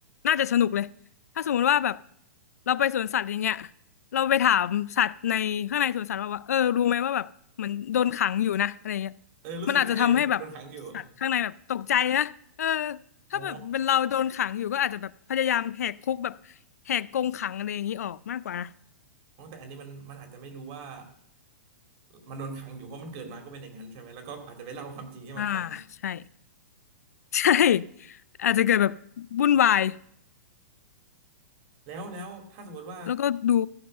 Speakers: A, on the left; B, on the right.
A: น่าจะสนุกเลยถ้าสมมุติว่าแบบเราไปสวนสัตว์อย่างเงี้ยเราไปถามสัตว์ในข้างในสวนสัตว์ว่าว่าเออรู้ไหมว่าแบบเหมือนโดนขังอยู่นะอะไรเงี้ย
B: เออรู้สึกไงโดนขังอยู่
A: มันอาจจะทำให้แบบสัตว์ข้างในแบบตกใจนะเออถ้าแบบเป็นเราโดนขังอยู่ก็อาจจะแบบพยายามแหกคุกแบบ
B: อ๋อ
A: แหกกรงขังอะไรอย่างนี้ออกมากกว่านะ
B: อ๋อแต่อันนี้มันมันอาจจะไม่รู้ว่ามันโดนขังอยู่เพราะมันเกิดมาก็เป็นอย่างนั้นใช่ไหม แล้วก็อาจจะไปเล่าความจริงให้มันฟัง
A: อ่าใช่ <laughs> ใช่อาจจะเกิดแบบวุ่นวาย
B: แล้วแล้วถ้าสมมติว่า
A: แล้วก็ดู